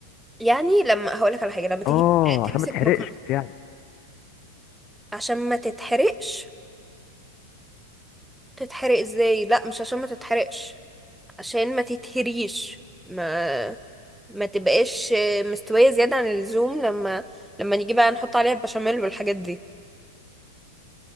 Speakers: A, in the centre; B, on the left.
A: يعني لما هقولك على حاجة لما تيجي
B: اه
A: تمسك
B: عشان ما تحرقش
A: مكرونة
B: يعني
A: عشان ما تتحرقش تتحرق ازاي لا مش عشان ما تتحرقش عشان ما تتهريش ما ما تبقاش مستوية زيادة عن اللزوم لما لما نيجي بقى نحط عليها البشاميل والحاجات دي